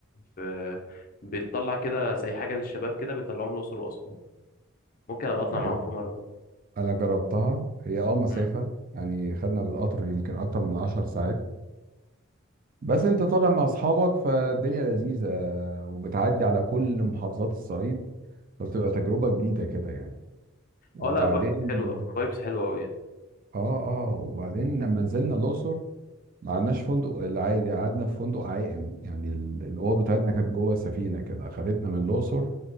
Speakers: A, on the left (about 45°); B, on the right (about 45°).
A: في بتطلع كده زي حاجه للشباب كده بيطلعوهم الاقصر واسوان ممكن ابقى اطلع
B: آه،
A: معاهم في مره
B: انا جربتها هي اه مسافه
A: امم
B: يعني خدنا بالقطر يمكن اكتر من 10 ساعات بس انت طالع مع اصحابك فالدنيا لذيذة وبتعدي على كل محافظات الصعيد فبتبقى تجربة جديدة كده يعني وبعدين
A: اه لا فايبس حلوه فايبس حلوه قوي يعني
B: اه اه وبعدين لما نزلنا الاقصر ما قعدناش فندق العادي قعدنا في فندق عائم يعني ال- الاوض بتاعتنا كانت جوه السفينة كده خدتنا من الاقصر